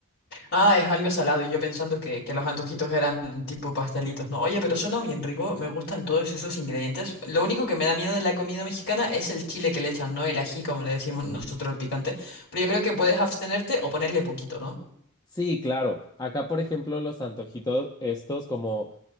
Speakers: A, on the left; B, on the left.
A: Ah, es algo salado y yo pensando que, que los antojitos eran tipo pastelitos, ¿no? Oye, pero suena bien rico, me gustan todos esos ingredientes. Lo único que me da miedo de la comida mexicana es el chile que le echan, ¿no? El ají, como le decimos nosotros al picante. Pero yo creo que puedes abstenerte o ponerle poquito, ¿no?
B: Sí, claro. Acá, por ejemplo, los antojitos estos como